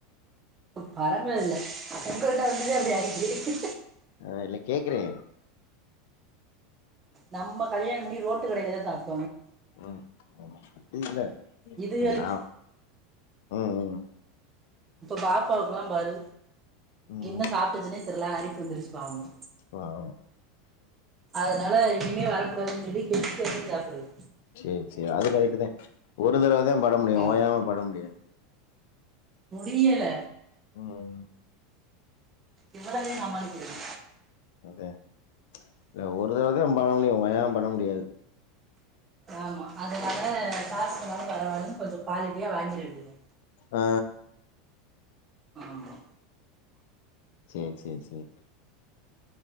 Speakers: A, on the right (about 25°); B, on the left (about 70°).
A: பரம்பர இல்ல உங்களோட இது அப்டி ஆயிட்ருக்கு
B: அ இல்ல கேக்குறே
A: நம்ம கல்யாணம் பண்ணி ரோட்டு கடையிலதா சாப்
B: ம் அதா அது இல்ல
A: இதுகளுக்கு
B: அது நா ம் ம்
A: இப்ப பாப்பாவுக்கெல்லாம் பாரு
B: ம்
A: என்ன சாப்டுச்சுன்னே த்துல்லா அரிப்பு வந்துருச்சு பாவோங்
B: வாவ்
A: அதுனால இனிமே வரக்கூடாதுன் சொல்லி <unintelligible> சாப்புர்றது
B: சேர் சே அதுகரட்டுதே ஒரு தடவ தா பட முடியு
A: ஆ
B: ஓயாம பட முடியாது
A: முடியல
B: ம் ம்
A: எவ்வளதே‌ சமாளிக்கிறது
B: அதே தா ஒரு தடவதா பட முடியு ஓயாம பட மு டியாது
A: ஆமா அதுனால காசுக்குன்னாலு பரவால்லன் கொஞ்சொ குவாலிட்டியா வாங்கிர வேண்டிதே
B: ஆ
A: ஆமா
B: சேர் சேர் சேர்